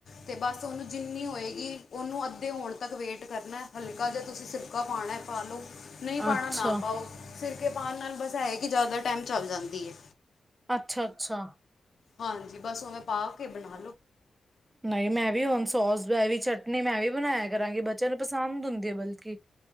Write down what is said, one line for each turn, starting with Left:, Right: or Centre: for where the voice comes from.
Left: ਤੇ ਬਸ ਉਹਨੂੰ ਜਿੰਨੀ ਹੋਏਗੀ, ਉਹਨੂੰ ਅੱਧੇ ਹੋਣ ਤੱਕ ਵੇਟ ਕਰਨਾ, ਹਲਕਾ ਜਿਹਾ, ਤੁਸੀਂ ਸਿਰਕਾ ਪਾਉਣਾ, ਪਾ ਲਉ, ਨਹੀਂ ਪਾਉਣਾ
Right: ਅੱਛਾ
Left: ਨਾ ਪਾਓ, ਸਿਰਕੇ ਪਾਉਣ ਨਾਲ, ਬਸ ਇਹ ਹੈ ਕਿ, ਜ਼ਿਆਦਾ ਟਾਈਮ ਚੱਲ ਜਾਂਦੀ ਹੈ।
Right: ਅੱਛਾ-ਅੱਛਾ।
Left: ਹਾਂਜੀ, ਬਸ ਉਵੇਂ ਪਾ ਕੇ ਬਣਾ ਲਓ।
Right: ਨਹੀਂ, ਮੈਂ ਵੀ, ਹੁਣ ਸੋਸ ਵੀ ਚਟਨੀ, ਮੈਂ ਵੀ ਬਣਾਇਆ ਕਰਾਂਗੀ, ਬੱਚਿਆਂ ਨੂੰ ਪਸੰਦ ਹੁੰਦੀ ਹੈ, ਬਲਕਿ